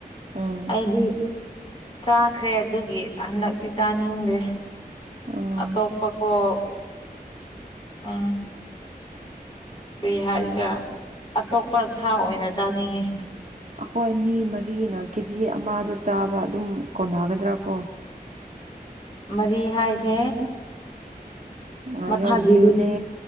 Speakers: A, on the right; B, on the left.
A: ꯎꯝ
B: ꯑꯩꯗꯤ ꯆꯥꯈ꯭ꯔꯦ ꯑꯗꯨꯒꯤ ꯍꯟꯗꯛꯇꯤ ꯆꯥꯅꯤꯡꯗ꯭ꯔꯦ꯫
A: ꯑꯣ
B: ꯑꯇꯣ ꯀꯀ ꯎ ꯏꯁꯔꯤ ꯍꯥꯏꯁꯤꯔꯥ ꯑꯇꯣꯞꯄ ꯁꯥ ꯑꯣꯏꯅ ꯆꯥꯅꯤꯡꯉꯤ꯫
A: ꯑꯩꯈꯣꯏ ꯃꯤ ꯃꯔꯤꯅ ꯀꯦꯖꯤ ꯑꯃꯗꯣ ꯆꯥꯕ ꯑꯗꯨꯝ ꯀꯣꯟꯅꯒꯗ꯭ꯔꯥ ꯀꯣ
B: ꯃꯔꯤ ꯍꯥꯏꯁꯦ꯫
A: ꯉꯉꯥꯏꯌꯣ
B: ꯃꯊꯛꯒꯤꯗꯨꯅꯤ
A: ꯗ꯭ꯌꯨꯅꯦ